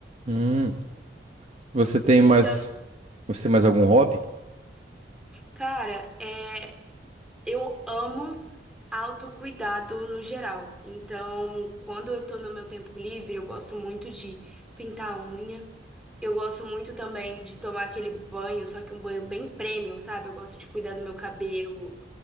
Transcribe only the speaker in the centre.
Então,
cara, é, eu amo autocuidado no geral. Então, quando eu tô no meu tempo livre, eu gosto muito de pintar a unha. Eu gosto muito também de tomar aquele banho, só que um banho bem premium, sabe? Eu gosto de cuidar do meu cabelo.